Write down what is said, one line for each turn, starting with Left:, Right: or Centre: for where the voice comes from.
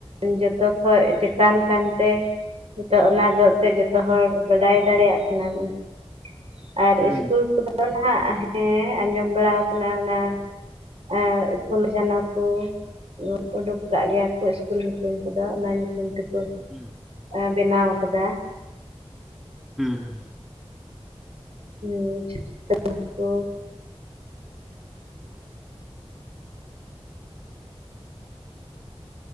Right: ᱡᱚᱛᱚ ᱠᱷᱚᱡ ᱪᱮᱛᱟᱱ ᱠᱟᱱᱛᱮ ᱾ ᱱᱤᱛᱚᱜ ᱚᱱᱟ ᱫᱚᱜ ᱛᱮ ᱡᱚᱛᱚ ᱦᱚᱲ ᱵᱟᱰᱟᱭ ᱫᱟᱲᱮᱭᱟᱜ ᱠᱟᱱᱟ ᱵᱚᱱ ᱾ ᱟᱨ
Centre: ᱦᱩᱸ
Right: ᱤᱥᱠᱩᱞ ᱠᱚᱫᱚ ᱱᱟᱦᱟᱜ ᱦᱮᱸ ᱟᱸᱡᱚᱢ ᱵᱟᱲᱟᱣ ᱠᱟᱱᱟ ᱚᱱᱟ ᱾ <inaudible> ᱯᱷᱩᱞ ᱡᱷᱟᱱᱚ ᱠᱩ ᱩ ᱩᱰᱩᱠ ᱠᱟᱜ ᱜᱮᱭᱟ ᱠᱚ ᱤᱥᱠᱩᱞ ᱧᱩᱛᱩᱢ ᱠᱚᱫᱚ ᱚᱱᱟ ᱧᱩᱛᱩᱢ ᱛᱮᱠᱚ ᱾
Centre: ᱦᱩᱸ
Right: ᱟ ᱵᱮᱱᱟᱣ ᱟᱠᱟᱫᱟ ᱾
Centre: ᱦᱩᱸ ᱦᱩᱸ ᱾
Right: ᱦᱩᱸ <inaudible> ᱠᱚ ᱾